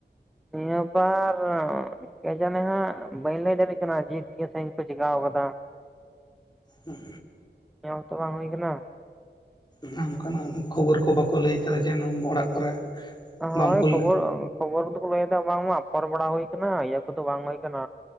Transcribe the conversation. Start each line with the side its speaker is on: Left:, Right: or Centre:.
Centre: ᱱᱤᱭᱟᱹ ᱵᱟᱨ ᱠᱮ ᱡᱟᱱᱤ ᱦᱟᱸᱜ ᱵᱟᱹᱧ ᱞᱟᱹᱭ ᱫᱟᱲᱮᱭᱟᱜ ᱠᱟᱱᱟ ᱡᱮ ᱥᱟᱺᱦᱤᱧ ᱠᱚ ᱪᱮᱠᱟᱣ ᱠᱟᱫᱟ᱾
Left: ᱦᱩᱸ,
Centre: ᱧᱮᱞ ᱛᱚ ᱵᱟᱝ ᱦᱩᱭ ᱠᱟᱱᱟ᱾
Left: ᱱᱚ ᱱᱚᱝᱠᱟᱱᱟᱜ ᱠᱷᱚᱵᱚᱨ ᱠᱚ ᱵᱟᱠᱚ ᱞᱟᱹᱭ ᱠᱟᱫᱟ ᱡᱮ ᱚᱲᱟᱜ ᱠᱚᱨᱮ,
Centre: ᱦᱚᱭ
Left: ᱵᱟᱢ ᱠᱩᱞ
Centre: ᱠᱷᱚᱵᱚᱨ, ᱠᱷᱚᱵᱚᱨ ᱫᱚᱠᱚ ᱞᱟᱹᱭᱮᱫᱟ ᱵᱟᱝᱢᱟ ᱟᱯᱚᱨ ᱵᱟᱲᱟ ᱦᱩᱭ ᱠᱟᱱᱟ ᱤᱭᱟᱹ ᱠᱚᱫᱚ ᱵᱟᱝ ᱦᱩᱭ ᱠᱟᱱᱟ᱾